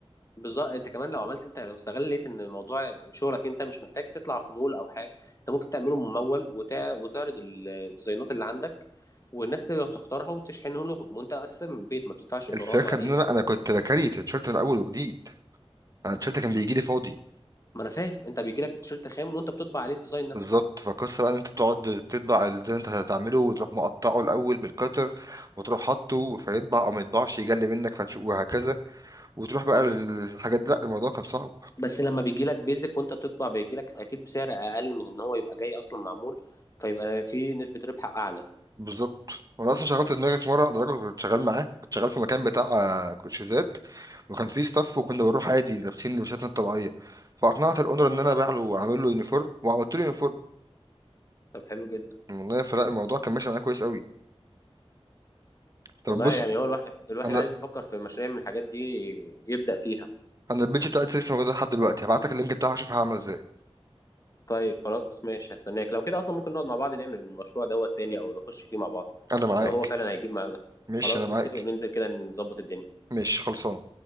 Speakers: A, on the left; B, on the right.
A: بالظبط انت كمان لو عملت انت لو استغليت ان موضوع شغلك انت مش محتاج تطلع في مول او حاجه انت ممكن تعمله ممول وتع... وتعرض الديزاينات اللي عندك والناس تقدر تختارها وتشحنه لهم وانت اساسا من البيت ما بتدفعش ايجارات
B: الفكرة
A: ولا اي
B: إن أنا
A: حاجه
B: أنا كنت بكري التيشيرت من أول وجديد أنا التيشيرت كان بيجي لي فاضي
A: ما انا فاهم انت بيجي لك التيشيرت خام وانت بتطبع عليه الديزاين نفسه
B: بالظبط فالقصة بقى إن أنت بتقعد تطبع الديزاين اللي أنت هتعمله وتروح مقطعه الأول بالكتر وتروح حاطه فيطبع أو ما يطبعش يجلي منك فتشوف وهكذا وتروح بقى
A: ايوه
B: للحاجات دي لا الموضوع كان صعب
A: بس لما بيجي لك بيزك وانت بتطبع بيجي لك اكيد بسعر اقل من ان هو يبقى جاي اصلا معمول فيبقى في نسبه ربح اعلى
B: بالظبط وانا اصلا شغلت دماغي في مره على درجه كنت شغال معاه كنت شغال في مكان بتاع آه، كوتشيزات وكان فيه ستاف وكنا بنروح عادي لابسين لبساتنا الطبيعيه فاقنعت الاونر ان انا ابيع له واعمل له يونيفورم وعملت له يونيفورم
A: طب حلو جدا
B: والله فلا الموضوع كان ماشي معايا كويس قوي طب
A: والله
B: بص
A: يعني هو الواحد الواحد
B: انا
A: عايز يفكر في مشاريع من الحاجات دي يبدأ فيها
B: انا البيج بتاعتي لسه موجوده لحد دلوقتي هبعت لك اللينك بتاعها اشوفها عامله ازاي
A: طيب خلاص ماشي هستناك لو كده اصلا ممكن نقعد مع بعض نعمل المشروع دوت تاني او نخش فيه مع بعض
B: انا معاك
A: لو هو فعلا هيجيب معانا ده
B: ماشي
A: خلاص
B: انا معاك
A: نتفق وننزل كده نظبط الدنيا
B: ماشي خلصان